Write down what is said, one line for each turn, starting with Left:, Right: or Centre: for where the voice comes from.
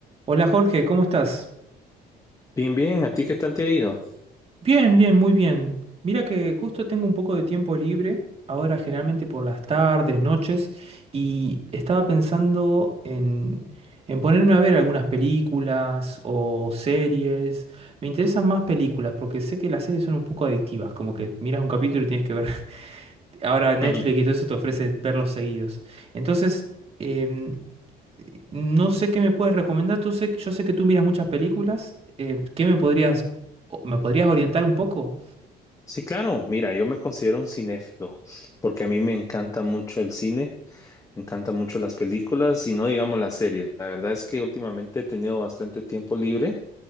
Right: Hola Jorge, ¿cómo estás?
Left: Bien, bien, ¿a ti qué tal te ha ido?
Right: Bien, bien, muy bien. Mira que justo tengo un poco de tiempo libre, ahora generalmente por las tardes, noches, y estaba pensando en, en ponerme a ver algunas películas o series. Me interesan más películas porque sé que las series son un poco adictivas, como que miras un capítulo y tienes que ver. <laughs> Ahora Netflix
Left: <laughs>
Right: y todo eso te ofrece verlos seguidos. Entonces, em, No sé qué me puedes recomendar. Tú sé, yo sé que tú miras muchas películas. eh, ¿qué me podrías, o- me podrías orientar un poco?
Left: Sí, claro, mira, yo me considero un cinéfilo, porque a mí me encanta mucho el cine, me encantan mucho las películas y no digamos las series. La verdad es que últimamente he tenido bastante tiempo libre